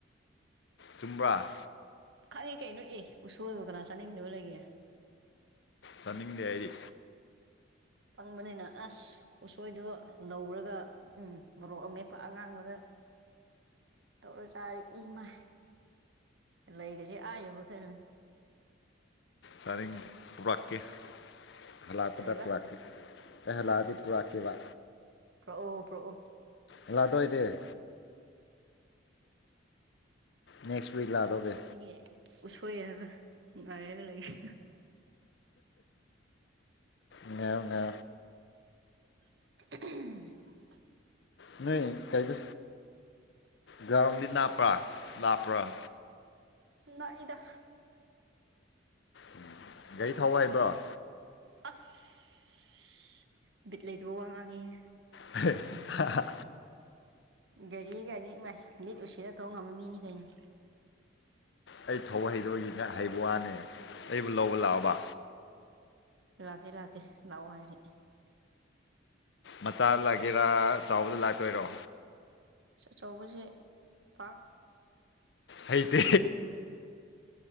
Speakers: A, on the left (about 60°); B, on the right (about 60°).
A: ꯆꯨꯝꯕ꯭ꯔꯥ
B: ꯈꯪꯉꯤ ꯀꯩꯅꯣ ꯏ ꯎꯁꯣꯔꯗꯨ ꯀꯅꯥ ꯆꯥꯅꯤꯡꯗꯕ ꯂꯩꯒꯦ
A: ꯆꯥꯅꯤꯡꯗꯦ ꯍꯥꯏꯗꯤ
B: ꯐꯪꯕꯅꯤꯅ ꯑꯁ ꯎꯁꯣꯏꯗꯣ ꯂꯧꯔꯒ ꯎꯝ ꯃꯣꯔꯣꯛ ꯑꯃꯦꯠꯄ ꯑꯉꯥꯡꯕꯗ ꯇꯧꯔ ꯆꯔ ꯏꯃ ꯂꯥꯏꯒꯁꯤ ꯑ ꯌꯕ ꯊ
A: ꯁꯔꯦꯡ ꯄꯕꯥꯥꯀꯦ ꯍꯥꯂꯠꯗ
B: ꯀꯩꯕ
A: ꯐꯕꯥꯀꯦ ꯑꯦꯍꯂꯥꯗꯤꯄꯨꯔꯥꯀꯤꯕꯥ
B: ꯄ꯭ꯔꯣꯑꯣ ꯄ꯭ꯔꯣꯑꯣ
A: ꯂꯥꯗꯣꯏꯔꯦ ꯅꯦꯛꯁ ꯋꯤꯛ ꯂꯥꯗꯧꯒꯦ
B: ꯅꯪꯒꯤ ꯎꯁꯣꯏ ꯍꯥꯏꯕ ꯉꯥꯏꯔꯒ ꯂꯩꯒ
A: ꯉ ꯉ
B: ꯎ
A: ꯅꯣꯏ ꯀꯩꯗ ꯒ꯭ꯔꯥꯎꯟꯗꯤ ꯅꯥꯞꯄ꯭ꯔꯥ ꯂꯥꯞꯄ꯭ꯔꯥ
B: ꯅ ꯏꯗ
A: ꯎꯝ ꯒꯥꯔꯤ ꯊꯥꯎꯧꯕ ꯍꯥꯏꯕ꯭ꯔꯣ
B: ꯑꯁ ꯕꯤꯠꯂꯗꯨ ꯋꯥ ꯉꯥꯡꯉꯤꯦ
A: ꯍ ꯍ ꯍ
B: ꯒꯥꯔꯤꯒꯒꯥꯒꯤ ꯃꯤꯠ ꯎꯁꯤꯗ ꯊꯧꯕ ꯉꯝꯕ ꯃꯤꯅꯤ ꯀꯩꯅꯣ
A: ꯑꯩ ꯊꯧꯕ ꯍꯩꯗꯕꯒꯤ ꯉ ꯍꯩꯕ ꯋꯥꯅꯦ ꯑꯩꯕꯨ ꯂꯧꯕ ꯂꯥꯛꯑꯕ
B: ꯂꯥꯛꯒꯦ ꯂꯥꯛꯀꯦ ꯂꯑꯣ ꯍꯥꯏꯔꯛ
A: ꯃꯆꯥ ꯂꯥꯛꯒꯦꯔꯥ ꯆꯥꯎꯕꯗ ꯂꯥꯛꯇꯣꯏꯔꯣ
B: ꯑꯆꯧꯕꯁ ꯄꯥꯛ
A: ꯑꯥꯏꯇ